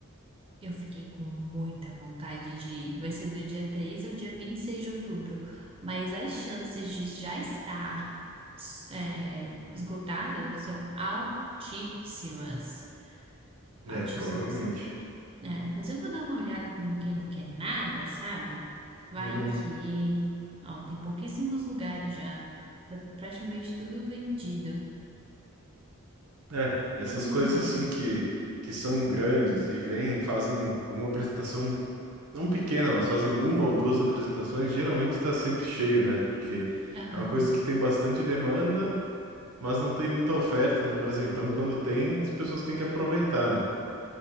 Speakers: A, on the right; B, on the right.
A: eu fiquei com muita vontade de. Vai ser do dia 3 ao dia 26 de outubro. Mas as chances de já estar é, esgotado são altíssimas. Altíssimas.
B: É, provavelmente.
A: né? mas eu vou dar uma olhada como quem não quer nada, sabe? Vai
B: Uhum.
A: que. Ó, tem pouquíssimos lugares já. Tá praticamente tudo vendido.
B: É, essas
A: Mas anyway,
B: coisas assim que, que são grandes e vêm, fazem alguma apresentação, não pequena, mas fazem uma ou duas apresentações, geralmente tá sempre cheio, né? Porque
A: aham,
B: é uma coisa que tem bastante demanda, mas não tem muita oferta no Brasil. Então, quando tem, as pessoas têm que aproveitar, né?